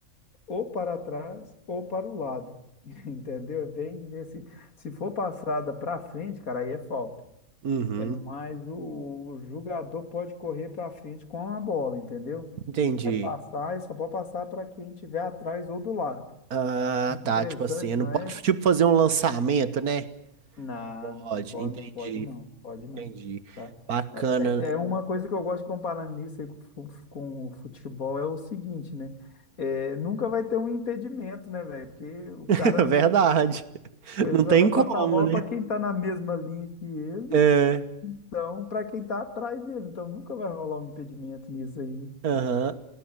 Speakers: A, on the left; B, on the right.
A: ou para trás ou para o lado. <laughs> Entendeu? É bem nesse. Se for passada para frente, cara, aí é falta.
B: Uhum,
A: É mais o, o jogador pode correr para frente com a bola, entendeu?
B: entendi.
A: Vai passar e só pode passar para quem estiver atrás ou do lado.
B: Ah,
A: Muito
B: tá,
A: interessante,
B: tipo assim, não
A: não
B: pode
A: é?
B: tipo fazer um lançamento, né?
A: Não,
B: Pode,
A: não, não pode,
B: entendi,
A: não pode não, pode
B: entendi.
A: não. Tá?
B: Bacana.
A: É, é uma coisa que eu gosto de comparar nisso aí com, o fu- com o futebol é o seguinte, né? É, nunca vai ter um impedimento, né, velho? Porque o
B: <laughs>
A: cara
B: Verdade.
A: Ele
B: Não
A: só
B: tem
A: vai
B: como,
A: passar a bola
B: né?
A: para quem está na mesma linha que ele,
B: É.
A: então para quem está atrás dele. Então nunca vai rolar um impedimento nisso aí.
B: aham.